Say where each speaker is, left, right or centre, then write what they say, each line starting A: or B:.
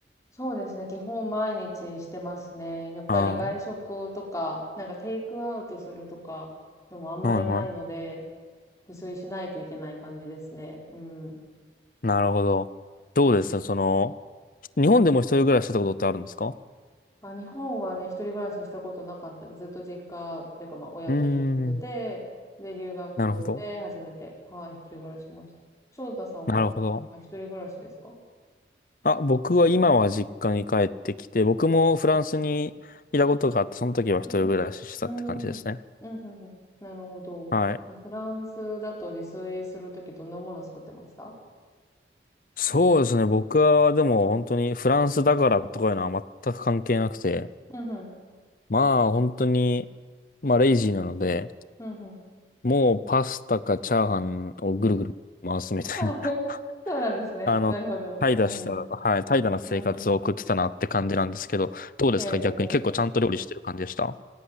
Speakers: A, on the left; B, on the left.
A: そうですね。基本毎日してますね。やっぱり外食とか、
B: あ
A: なんかテイクアウトするとかのもあんまりないので、
B: あ、はいは
A: 自炊しないといけない感じですね。うん。
B: い。なるほど。どうですその、日本でも一人暮らししたことってあるんですか
A: まあ、日本はね、一人暮らししたことなかったりずっと実家っていうか、まあ、親と一緒に住んでて、
B: うーん、
A: で、留学で初めて、
B: なるほど。
A: はい、一人暮らししました。翔太さんは、
B: なるほど。
A: 今一人暮らしですか
B: あ、僕は今は実家に帰ってきて、僕もフランスにいたことがあって、その時は一人暮らししてたって感じですね。
A: うんうん。うーん。うんうんうん。なるほど。
B: はい。
A: でフランスだと自炊するときどんなもの作ってました
B: そうですね。僕はでも本当にフランスだからとかいうのは全く関係なくて、
A: うんうん。
B: まあ本当に、まあレイジーなので、
A: うんうん。
B: もうパスタかチャーハンをぐるぐる回すみたいな、
A: <laughs> そうなんですね。
B: <laughs> あの、
A: なるほど。
B: 怠惰した、
A: うんうん。
B: はい、怠惰な生活を送ってたなって感じなんですけど、
A: うんうん。
B: どうですか逆に結構ちゃんと料理してる感じでした
A: いやいやいや。